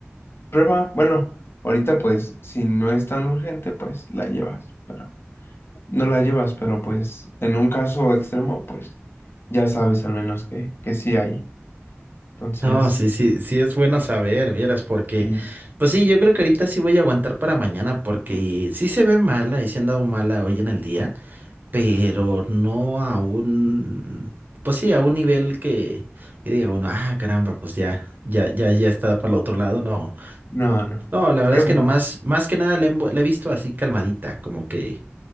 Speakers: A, on the left; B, on the right.
A: prueba, bueno, ahorita pues si no es tan urgente, pues la llevas, pero no la llevas, pero pues en un caso extremo, pues ya sabes al menos que, que sí hay. Entonces,
B: no, sí, sí, sí es bueno saber, vieras, porque,
A: sí,
B: pues sí, yo creo que ahorita sí voy a aguantar para mañana, porque sí se ve mala y se ha andado mala hoy en el día. pero no a un, pues sí, a un nivel que, que diga uno, ah, caramba, pues ya, ya, ya, ya está para el otro lado, no.
A: no, no.
B: No, la verdad
A: Qué
B: es
A: bueno.
B: que nomás, más que nada le, he mo- la he visto así calmadita, como que,